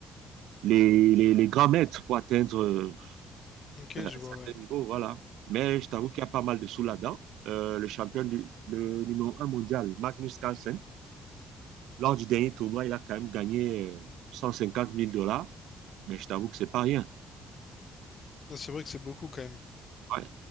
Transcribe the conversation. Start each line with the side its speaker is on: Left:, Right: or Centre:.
Right: les, les, les grands maîtres, pour atteindre euh,
Left: Ok,
Right: un
Left: je
Right: certain
Left: vois, ouais.
Right: niveau, voilà. Mais je t'avoue qu'il y a pas mal de sous là-dedans. Euh, le champion, du, le numéro un mondial, Magnus Carlsen, lors du dernier tournoi, il a quand même gagné euh, 150 000 dollars. Mais je t'avoue que c'est pas rien.
Left: Ah, C'est vrai que c'est beaucoup quand même.
Right: Ouais.